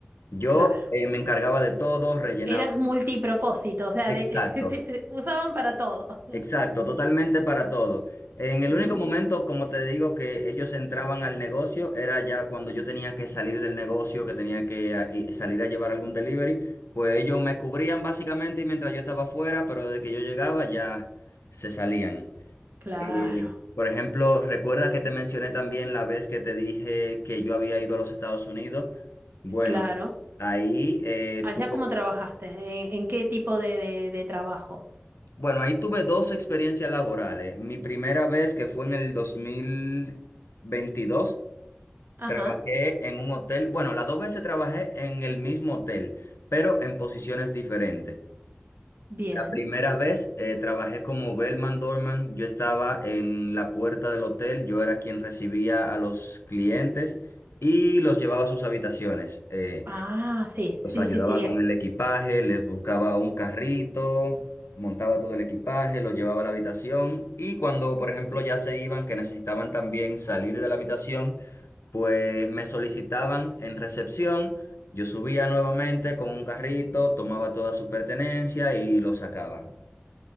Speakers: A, on the left (about 80°); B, on the right (about 55°).
A: yo
B: claro.
A: eh, me encargaba de todo, rellenaba.
B: Eras multipropósito, o sea, de-
A: Exacto.
B: <laughs> te se- usaban para todo. <laughs>
A: Exacto, totalmente para todo. En el
B: Mm,
A: único momento, como te digo, que ellos entraban al negocio era ya cuando yo tenía que salir del negocio, que tenía que a- y salir a llevar algún delivery, pues ellos me cubrían básicamente mientras yo estaba afuera, pero desde que yo llegaba ya se salían.
B: claro,
A: Eh, por ejemplo, recuerda que te mencioné también la vez que te dije que yo había ido a los Estados Unidos. Bueno,
B: claro.
A: ahí eh,
B: Allá
A: tuve
B: cómo trabajaste, ¿En, en qué tipo de, de de trabajo?
A: Bueno, ahí tuve dos experiencias laborales. Mi primera vez, que fue en el dos mil veintidós
B: Ajá,
A: trabajé en un hotel. Bueno, las dos veces trabajé en el mismo hotel, pero en posiciones diferentes.
B: bien.
A: La primera vez eh, trabajé como bellman doorman. Yo estaba en la puerta del hotel, yo era quien recibía a los clientes y los llevaba a sus habitaciones. Eh,
B: Ah, sí,
A: los
B: sí,
A: ayudaba
B: sí, sí,
A: con
B: eh,
A: el equipaje, les buscaba un carrito, montaba todo el equipaje, lo llevaba a la habitación y cuando, por ejemplo, ya se iban, que necesitaban también salir de la habitación, pues me solicitaban en recepción, yo subía nuevamente con un carrito, tomaba toda su pertenencia y lo sacaba.